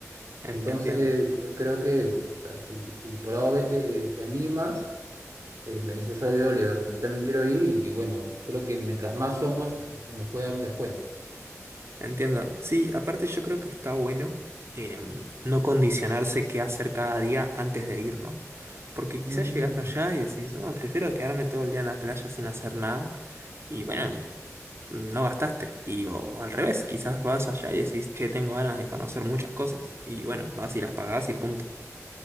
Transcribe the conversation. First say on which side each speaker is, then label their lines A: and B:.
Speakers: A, on the right; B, on the right.
A: Entonces,
B: En- entiendo,
A: yo creo que o sea, si, si por A o B te, te animas, eh, me dices, oye, Oliver, yo también quiero ir y bueno, creo que mientras más somos, nos puede dar un descuento.
B: entiendo. Sí, aparte yo creo que está bueno em, no condicionarse qué hacer cada día antes de ir, ¿no? Porque quizás
A: Mm.
B: llegás allá y decís, no, prefiero quedarme todo el día en la playa sin hacer nada. Y bueno, no gastaste. Y o al revés, quizás vas allá y decís, che, tengo ganas de conocer muchas cosas. Y bueno, vas y las pagás y punto.